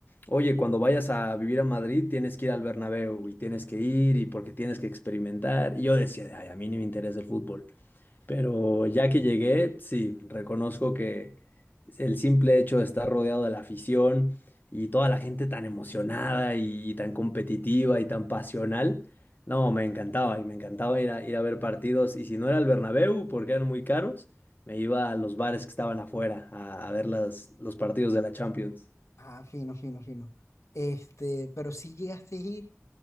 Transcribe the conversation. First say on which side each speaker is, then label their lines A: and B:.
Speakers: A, on the left; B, on the left.
A: oye, cuando vayas a vivir a Madrid tienes que ir al Bernabéu y tienes que ir y porque tienes que experimentar. Y yo decía, ay, a mí ni me interesa el fútbol. Pero ya que llegué, sí, reconozco que el simple hecho de estar rodeado de la afición y toda la gente tan emocionada y, tan competitiva y tan pasional, no, me encantaba y me encantaba ir a, ir a ver partidos. Y si no era el Bernabéu, porque eran muy caros, me iba a los bares que estaban afuera a, a ver las, los partidos de la Champions.
B: Ah, fino, fino, fino. Este, pero sí llegaste a ir